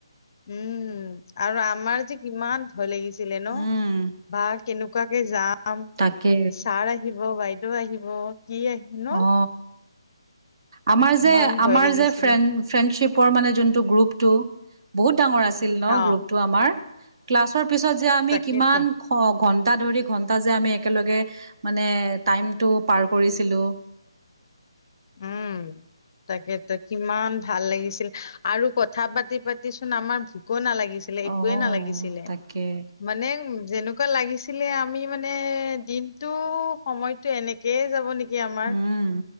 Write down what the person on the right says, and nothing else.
উম
তাকে
অ আমাৰ
যে
আমাৰ
যে ফ্ৰে ফ্ৰেণ্ডশিপ পোৱাৰ মানে গ্ৰুপ টো বহুত ডাঙৰ আছিল ন
গ্ৰুপ টো আমাৰ ক্লাছৰ পিছত যে আমি
কিমান ঘন্টা ধৰি ঘন্টা যে আমি একেলগে মানে টাইমটো পাৰ কৰিছিলোঁ
অ
তাকে
উম